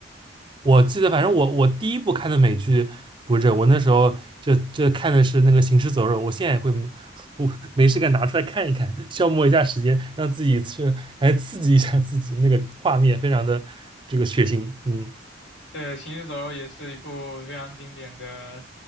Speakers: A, on the right (about 25°); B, on the left (about 65°).
A: 我记得，反正我我第一部看的美剧不是这个我那时候就就看的是那个《行尸走肉》，我现在也会没 <laughs> 我没事干拿出来看一看，消磨一下时间，让自己去哎刺激一下自己，那个画面非常的这个血腥，嗯
B: 对《行尸走肉》也是一部非常经典的